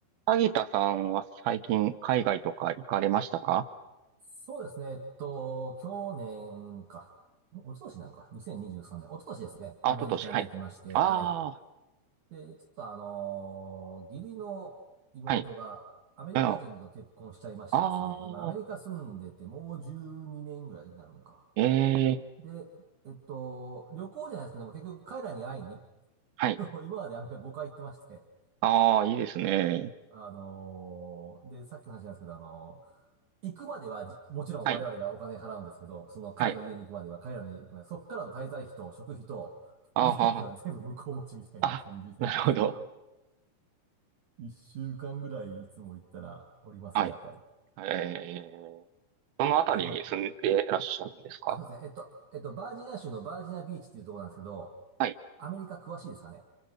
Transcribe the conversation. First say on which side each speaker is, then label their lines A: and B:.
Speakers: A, on the right; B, on the right.
A: 萩田さんは最近海外とか行かれましたか
B: そうですね。えっと、去年か。おととしなのか。2023年。おととしですね。
A: あ、
B: アメリカに行きまして、
A: 一昨年、はい。ああ、
B: はい。で、ちょっとあのー義理の妹がアメリカ人と結婚しちゃいましてですね。
A: はい。うん。ああ、
B: 今アメリカ住んでてもう12年ぐらいになるんか。
A: ええ、
B: で、えっと、旅行じゃないですけども、結局彼らに会いに、
A: はい。
B: <laughs> 今までアメリカ5回行ってまして、
A: ああ、いいですね。
B: あのーで、さっきの話なんですけど、あの行くまでは、もちろん我々がお金払うんですけど、
A: はい、
B: その彼の家に行くまでは、
A: はい。
B: 彼らの家に行くまでは、そっからの滞在費と食費と移動費は全部向こう持ちみたいな感じで、
A: ああ、あ、なるほど。
B: 一週間ぐらいいつも行ったらおりますね、
A: はい。
B: やっぱり。
A: ええ、どのあたりに住んでらっしゃるんですか
B: 5泊。あ、そうですね。えっと、えっと、バージニア州のバージニアビーチっていうところなんですけど、
A: はい。
B: アメリカ詳しいですかね